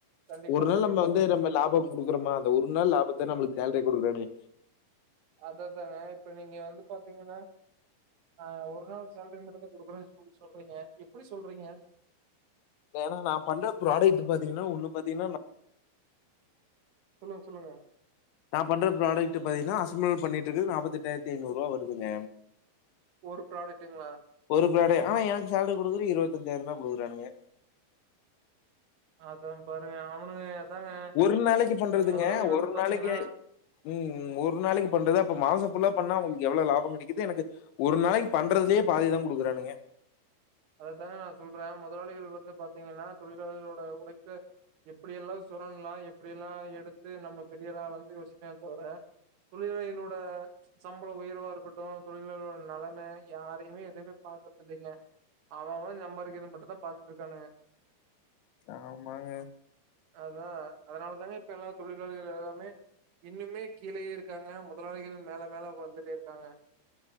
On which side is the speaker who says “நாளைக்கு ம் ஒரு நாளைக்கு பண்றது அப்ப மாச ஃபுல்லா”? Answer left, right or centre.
Left